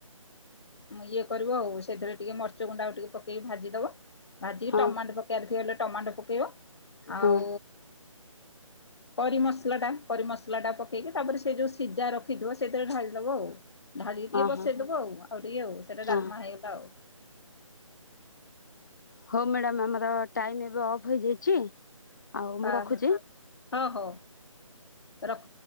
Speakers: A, on the left (about 50°); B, on the left (about 35°).
A: ଇଏ କରିବ ଆଉ ସେଥିରେ ଟିକେ ମରିଚ ଗୁଣ୍ଡ ଆଉ ଟିକେ ପକେଇକି ଭାଜିଦବ ଭାଜିକି
B: ହଁ
A: ଟମାଟୋ
B: ହଁ
A: ପକେଇବାର ଥିବ ହେଲେ ଟମାଟୋ ପକେଇବ ଆଉ
B: ହଁ
A: କରିମସଲାଟା କରିମସଲାଟା ପକେଇକି ତାପରେ ସେ ଯେଉଁ ସିଝା ରଖ ିବ ସେଇଥିରେ ଢାଲିଦବଆଉ ଢାଳି ଟିକେ ବସେଇଦବ
B: ହଁ। ହଁ
A: ଆଉ ହଉ ଟିକେ ଆଉ ସେଟା
B: ହଁ
A: ଡାଲମା ହେଇଗଲା ଆଉ।
B: ହଉ ମ୍ୟାଡ଼ାାମ ଆମର ଟାଇମ ଏବେ ଅଫ୍ ହେଇଯାଇଛି। ଆଉ
A: ହ
B: ମୁଁ ରଖୁଛି।
A: ହ ହଁ ହଉ ରଖ।